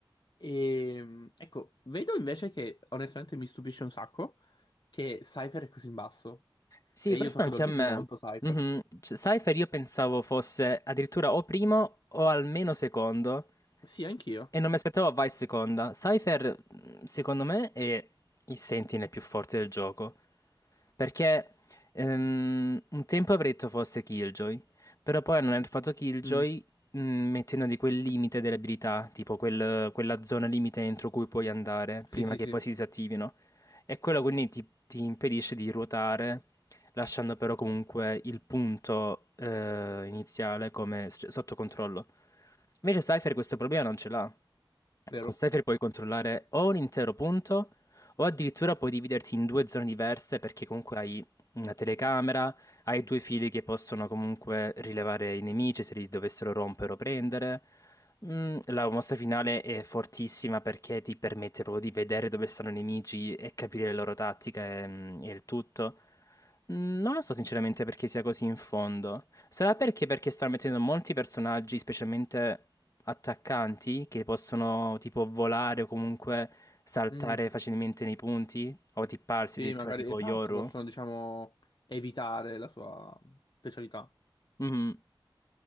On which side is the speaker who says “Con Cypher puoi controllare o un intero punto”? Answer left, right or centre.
Left